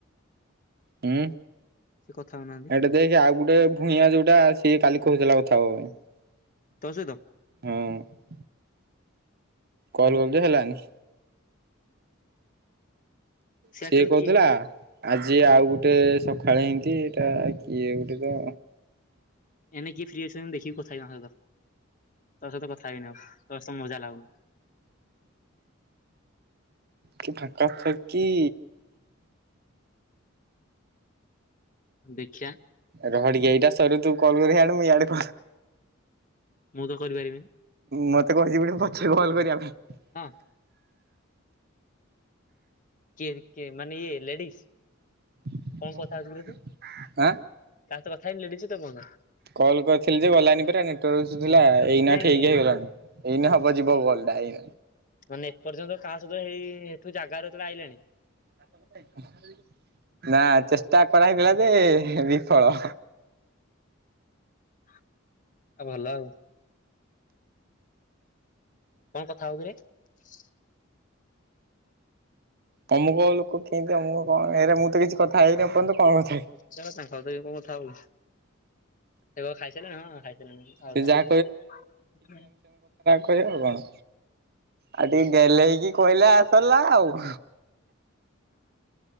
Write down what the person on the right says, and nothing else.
ହୁଁ।
ଏଇଟା ଦେଖି ଆଉ ଗୋଟେ ଭୂଇଆ ଯୋଉଟା ଆସ ସିଏ କାଲି କହୁଥିଲା କଥା ହବାପାଇଁ। <inaudible>
ହୁଁ। କଲ
କଲୁ ଯେ ହେଲାନି।
ସିଏ
କହୁଥିଲା
ଆଜି ଆଉ ଗୋଟେ ସକାଳେ ହେଇଛି ଏଟା କିଏ ଗୋଟେ ତ
କିସ କରୁଚକି?
ରହ ଟିକିଏ ଏଇଟା ସରୁ ତୁ କଲ କରିବୁ ମୁଁ ଇଆଡେଲ
ମତେ କହିଛି ବୋଲି ପଛେ କଲ କରିବା ପାଇଁ <inaudible>
<unintelligible>
କଲ କରିଥିଲି ଯେ ଗଲାନି ପା ନେଟାର୍ଥିଲା ଏଇନା
ଠିକ ହେଇଗଲାଣି। ଏଇ ହବ ଯିବ କଲ ଟା ଏଇ
<unintelligible> ନା ଚେଷ୍ଟା କରାହଇଗଲା ଯେ ବିଫଳ।
ତମୁ କୋଉ ଲୋକ କେମତି ଆମ କଣ ଏ ମୁଁ ତ କିଛି କଥା
ହେଇନି ଏପର୍ଯ୍ୟନ୍ତ କଣ କଥା ହେବି।
ସେ
ଯାହା
ଖୟୋଗ କଣ? ଆଉ ଟିକେ ଗେଲେ ହେଇକି କହିଲେ ଆସରିଲା ଆଉ <inaudible>